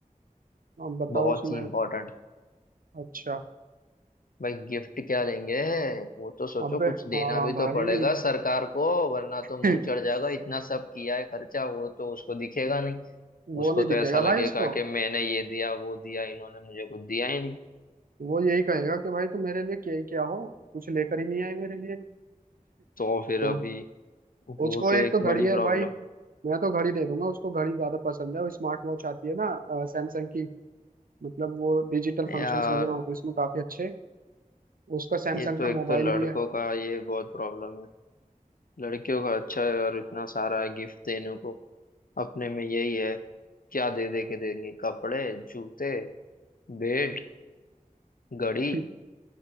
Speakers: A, on the right (about 85°); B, on the left (about 80°).
A: अब बताओ
B: बहुत
A: उसमें
B: ही इम्पोर्टेंट
A: अच्छा
B: भाई गिफ्ट क्या देंगे वो तो सोचो
A: अबे
B: कुछ देना
A: हाँ
B: भी
A: भाई
B: तो पड़ेगा सरकार को वरना तो
A: <laughs>
B: मुंह चढ़ जाएगा इतना सब किया है खर्चा वो तो उसको दिखेगा नहीं
A: वो
B: उसको
A: नहीं
B: तो
A: दिखेगा
B: ऐसा लगेगा
A: भाई उसको
B: कि मैंने ये दिया वो दिया इन्होंने मुझे कुछ दिया ही नहीं
A: वो यही कहेगा कि भाई तुम मेरे लिए क्या ही क्या हो कुछ लेकर ही नहीं आई मेरे लिए <laughs>
B: <laughs> तो फिर
A: तो
B: अभी वो
A: उसको
B: तो
A: एक
B: एक
A: तो घड़ी
B: बड़ी
A: है
B: प्रॉब्लम
A: भाई मैं तो घड़ी दे दूंगा उसको घड़ी ज्यादा पसंद है वो स्मार्ट वॉच आती है ना सैमसंग की मतलब वो डिजिटल फंक्शंस
B: यार
A: वगैरह होते हैं उसमें काफी अच्छे उसका सैमसंग
B: ये तो
A: का
B: एक
A: मोबाइल
B: तो लड़कों
A: भी है
B: का ये बहुत प्रॉब्लम है लड़कियों का अच्छा है यार इतना सारा है गिफ्ट देने को अपने में यही है क्या दे दे के देंगे कपड़े जूते बेड गड़ी
A: <laughs>